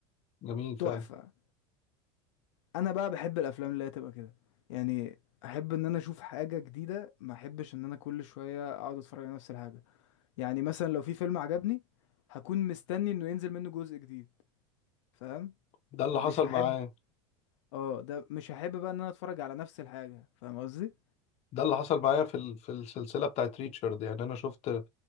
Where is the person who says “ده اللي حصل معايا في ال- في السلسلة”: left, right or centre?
Left